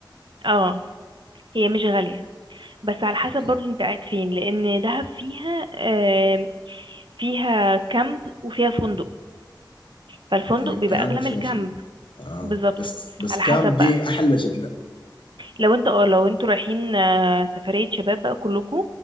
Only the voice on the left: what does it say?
أوكي
فيها
كام
وفيها
فندق اه
بس بس
كام
دي
احلى شكلها